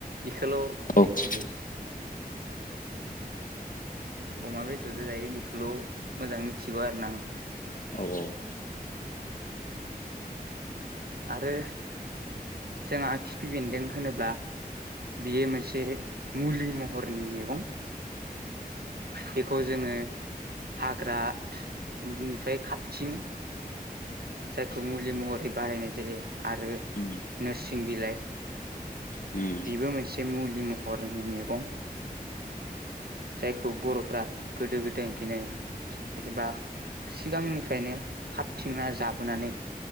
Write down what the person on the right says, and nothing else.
बेखौल'
मिथिगौ। अमा बेदरजो' जायो बेखौल' मोजां मिथिगौ आरोना नोंथां।
आरो जोंहा खिफि बेन्दों होनोब्ला बेयो मोनसे मुलि महरनि मैगं बेखौ जोङो हाग्रानिफ्राय खाबथिङो। जायखौ मुलि महरै बाहायनाय जायो आरो
नोरसिं बिलाइ
बेबो मोनसे मुलि महरनि मैगं जायखौ बर'फ्रा गोदो गोदायनिफ्रायनो एबा सिगांनिफ्रायनो खाबथिंना जाबोनानै